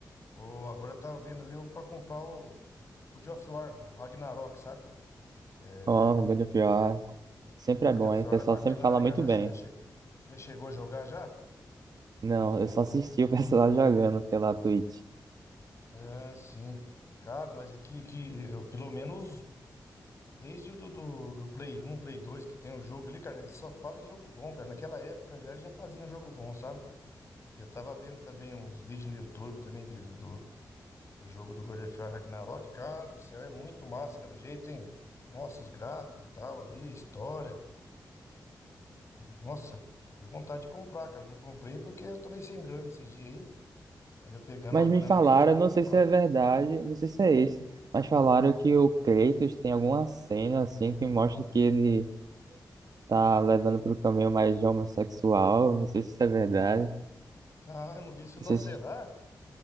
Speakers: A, on the left (about 40°); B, on the right (about 65°).
A: Ou agora eu tava vendo ali eu- pra comprar o God of War, o Ragnarok, sabe? É,
B: Ó, God of War sempre
A: God
B: é bom,
A: of
B: hein? O
A: War
B: pessoal
A: é bacana,
B: sempre fala
A: né,
B: muito
A: cara?
B: bem.
A: Já, já, che- já chegou a jogar já?
B: Não, eu só assisti o pessoal <laughs> jogando pela Twitch.
A: É, sim. Cara, mas aqui, que eu, pelo menos desde o do, do, do Play um, Play dois que tem o jogo ali, cara, eles só fazem jogo bom, cara. Naquela época já eles já faziam jogo bom, sabe? E eu tava vendo também uns vídeos no YouTube também de- do, do, do jogo do God of War Ragnarok. Cara do céu, é muito massa pelo jeito, hein? Nossa, os gráficos tal ali, a história. Nossa, deu vontade de comprar, cara. Não comprei porque eu tô sem grana esses dias aí. Mas eu pegando
B: Mas
A: uma
B: me
A: grana
B: falaram,
A: aqui, eu já vou
B: não
A: comprar.
B: sei se é verdade, não sei se é esse, mas falaram que o Kratos tem alguma cena assim que mostra que ele tá levando pro caminho mais homossexual, não sei se isso é verdade,
A: Ah, eu não vi isso
B: não
A: não,
B: sei
A: será?
B: se